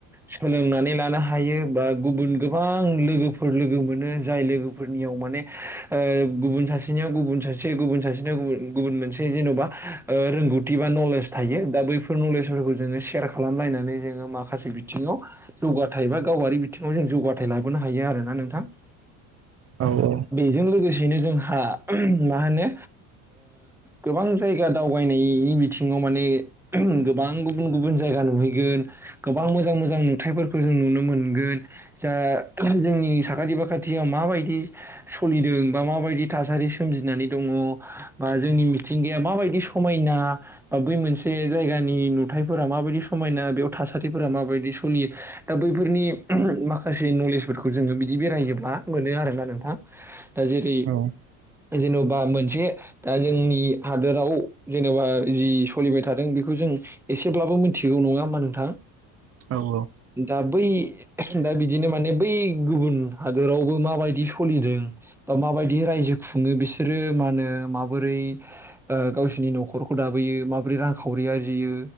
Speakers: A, in the centre; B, on the right.
A: सोलोंनानै लानो हायो बा गुबुन गोबां लोगोफोर लोगो मोनो जाय लोगो फोरनियाव माने ओ गुबुन सासेनियाव गुबुन सासे गुबुन सासेनिया गुबुन गुबुन मोनसे जेन'बा ओ रोंगौथि बा नलेज थायो दा बैफोर नलेजफोरखौ जोङो सेयार खालामलायनानै जोङो माखासे बिथिङाव जौगाथाय बा गावारि बिथिङाव जों जौगाथाय लाबोनो हायो आरोना नोंथां
B: औ औ
A: बे ज लोगोसेनो जोंहा मा होनो गोबां जायगा दावबायनायनि बिथिाव माने गोबां गुबुन गुबुन जायगा नुहैगोन गोबां मोजां मोजां नुथायफोर खौ जों नुनो मोनगोन जा जोंनि साखाथि फाखाथियाव मा बायदि सलिदों बा मा बदि थासारि सोमजिनानै दङ बा जोंनि मिथिंगा माबायदि समायना बा बै मोनसे जायगानि नुथायफोरा माबायदि समायना बेयाव थासारि फोर माबायदि सोलियो दा बैफोरनि माखासे नलेजफोरखौ जोङो बिदि बेरायोब्ला मोनो आरोना नोंथां? दा जेरै
B: औ
A: जेन'बा मोनसे दा जोंनि हादोराव जेन'बा जि सोलिबाय थादों बेखौ जों एसेब्लाबो मिथिगौ नङा होमा नोंथां?
B: औ औ
A: दा बै दा बिदिनो माने बै गुबुन हादोराव बो माबायदि सोलिदों बा माबायदि रायजो खुङो बिसोरो मा होनो माबोरै गावसिोरनि न'खरखौ दाबोयो माबोरै रांखावरि आरजियो